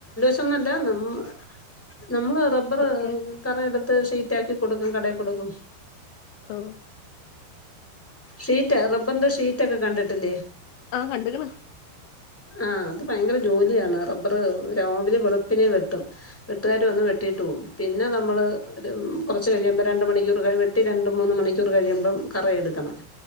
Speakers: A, in the centre; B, on the left.
A: അതൊന്നല്ല നമ്മ നമ്മള് റബ്ബറ്
B: ബുക്ക്
A: കറ എടുത്ത് ഷീറ്റാക്കി കൊടുക്കും കടേ കൊടുക്കും
B: ഔ
A: ഷീറ്റ് റബ്ബറിന്റെ ഷീറ്റൊക്കെ കണ്ടിട്ടില്ലേ
B: ആ കണ്ട്ക്ക്ണ്
A: ആഹ് അത് ഭയങ്കര ജോലിയാണ് റബ്ബറ് രാവിലെ വെളുപ്പിനെ വെട്ടും വെട് കൂട്ടുകാര് വന്ന് വെട്ടീട്ട് പോവും പിന്നെ നമ്മള് ഒരു കൊറച്ച് കഴിയുമ്പം രണ്ട് മണിക്കൂറ് വെ വെട്ടി രണ്ട് മൂന്ന് മണിക്കൂർ കഴിയുമ്പം കറ എടുക്കണം